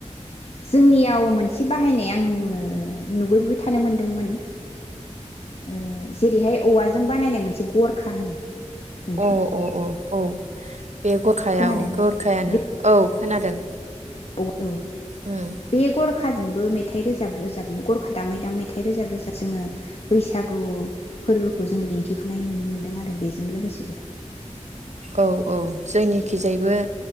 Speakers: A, on the left (about 55°); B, on the right (about 70°).
A: जोंनियाव मोनसे बाहायनाय आङो नुबोबोबाय थानो मोनदोंमोन ओ जेरैहाय औवाजों बानायनाय मोनसे गरखा होनो नोंथां
B: अ अ अ औ बे गरखायाव
A: खोनादोंना
B: गरखायानो
A: बे
B: औ खोनादों
A: औ
B: उम
A: बे गर खाजोंबो मेथाइ रोजाब-रोजाबनो गरखा दामै दामै मेथाइ रोजाब रोजाब जोङो बैसागु फोरबोखौ जों दिन्थिफुनाय नुनो मोन्दों आरो बेजों लोगोसेबो
B: औ औ जोंनिखिजायबो